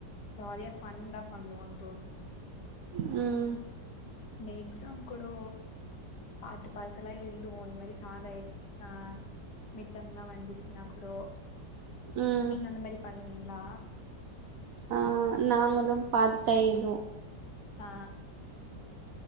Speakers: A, on the left; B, on the right.
A: ஜாலியா ஃபன் தா பண்ணுவோயி
B: ம்
A: நெ எக்ஸாம் குடோ பாத்து பாத்துலா எல்துவோ இந்மேரி சாதய் ஆ மிட்டம்ல்லா வந்துச்சின்னா குடோ
B: ம்
A: நீங் அந்த மேரி பண்ணுவீங்ளா
B: ஆ நாங்களு பாத்தா எழ்துவோ
A: ஆ